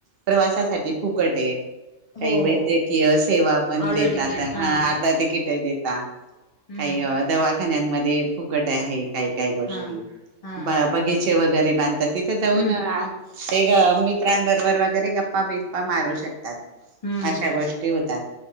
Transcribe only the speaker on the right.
प्रवासासाठी फुकट आहे. काही
वैद्यकीय
सेवा पण
देतात.
हां
अर्धा तिकिट देता.
काही <unintelligible> खाण्यानं मधे फुकट आहे काही काही गोष्टी.
बगीचे वगैरे बांधतात- तिथे जाऊन
ते मित्रांबरोबर वगैरे गप्पा बिप्पा मारू शकतात.
अशा गोष्टी होतात.